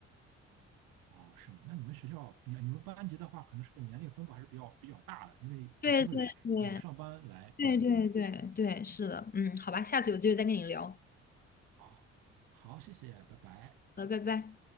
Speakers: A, on the right; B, on the left.
A: 哦，是吗？那你们学校，你你们班级的话，可能是不是年龄分布还是比较比较大的？因为我听说有有上班来这边的，
B: 对对对对对对对，
A: 对。
B: 是的，嗯，好吧，下次有机会再跟你聊。
A: 好，好，谢谢，拜拜。
B: 好的拜拜。